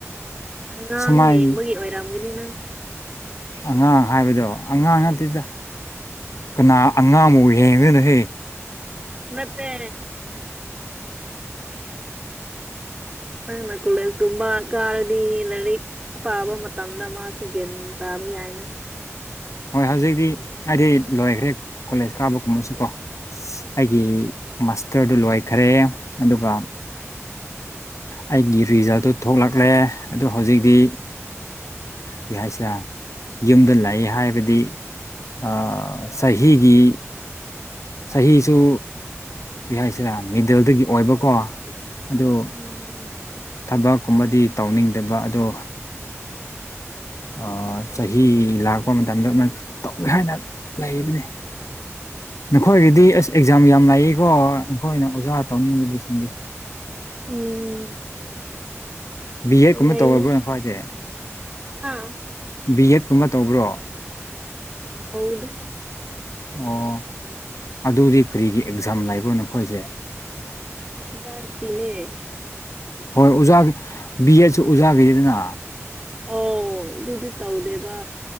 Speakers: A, on the right; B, on the left.
A: ꯑꯉꯥꯡ
B: ꯁꯨꯃꯥꯏꯅ
A: ꯌꯦꯡꯕꯒꯤ ꯑꯣꯏꯔꯝꯒꯅꯤ ꯅꯪ
B: ꯑꯉꯥꯡ ꯍꯥꯏꯕꯗꯣ ꯑꯉꯥꯡ ꯅꯠꯇꯦꯗ ꯀꯅꯥ ꯑꯉꯥꯡꯃꯥꯎ ꯍꯌꯦꯒꯣꯏꯅꯣ ꯍꯦ
A: ꯅꯠꯇꯦ
B: <inaudible>
A: ꯅꯪꯅ ꯀꯨꯂꯦꯁꯒꯨꯝꯕ ꯀꯥꯔꯗꯤ ꯏ ꯂꯔꯤꯛ ꯄꯥꯕ ꯃꯇꯝꯗ ꯃꯥꯁꯨ ꯒꯟ ꯇꯥꯕ ꯌꯥꯏꯅ
B: ꯍꯣꯏ ꯍꯧꯖꯤꯛꯇꯤ ꯑꯩꯗꯤ ꯂꯣꯏꯈ꯭ꯔꯦ ꯀꯣꯂꯦꯖ ꯀꯥꯕꯒꯨꯝꯕꯁꯨ ꯀꯣ ꯑꯩꯒꯤ ꯃꯥꯁꯇꯔꯗꯨ ꯂꯣꯏꯈꯔꯦꯌꯦ ꯑꯗꯨꯒ ꯑꯩꯒꯤ ꯔꯤꯖꯜꯇꯨ ꯊꯣꯛꯂꯛꯂꯦ ꯑꯗꯨ ꯍꯧꯖꯤꯛꯗꯤ ꯑꯩ ꯍꯥꯏꯁꯦ ꯌꯨꯝꯗ ꯂꯥꯏꯌꯦ ꯍꯥꯏꯕꯗꯤ ꯑꯥ ꯆꯍꯤꯒꯤ ꯆꯍꯤꯁꯨ ꯀꯔꯤ ꯍꯥꯏꯁꯤꯔꯥ ꯃꯤꯗꯜꯗꯒꯤ ꯑꯣꯏꯕꯀꯣ ꯑꯗꯨ
A: ꯎꯝ
B: ꯊꯕꯛꯀꯨꯝꯕꯗꯤ ꯇꯧꯅꯤꯡꯗꯕ ꯑꯗꯣ ꯑꯥ ꯆꯍꯤ ꯂꯥꯛꯄ ꯃꯇꯝꯗ ꯇꯧꯒꯦ ꯍꯥꯏꯅ ꯂꯩꯕꯅꯦ ꯅꯈꯣꯏꯒꯤꯗꯤ ꯑꯁ ꯑꯦꯛꯖꯥꯝ ꯌꯥꯝ ꯂꯥꯛꯌꯦꯀꯣ ꯅꯈꯣꯏꯅ ꯑꯣꯖꯥ ꯇꯧꯅꯤꯡꯕꯗꯤꯁꯤꯡꯗꯤ
A: ꯎꯝ
B: ꯕꯤ ꯑꯦꯗ ꯀꯨꯝꯕ
A: ꯂꯩꯌꯦ
B: ꯇꯧꯔꯕ꯭ꯔꯥ ꯅ ꯈꯣꯏꯗꯤ
A: ꯍꯥ
B: ꯕꯤ ꯑꯦꯠ ꯀꯨꯝꯕ ꯇꯧꯕ꯭ꯔꯣ
A: ꯇꯧꯗꯦ
B: ꯑꯣ ꯑꯗꯨꯗꯤ ꯀꯔꯤꯒꯤ ꯑꯦꯛꯖꯥꯝ ꯂꯩꯕꯣ ꯅꯈꯣꯏꯁꯦ
A: ꯗꯦꯏꯌ ꯒꯤꯅꯦ
B: ꯍꯣꯏ ꯑꯣꯖꯥꯒꯤ ꯕꯤ ꯑꯦꯠꯁꯨ ꯑꯣꯖꯥꯒꯤꯗꯤꯗꯅ
A: ꯑꯣ ꯑꯗꯨꯗꯤ ꯇꯧꯗꯦꯕ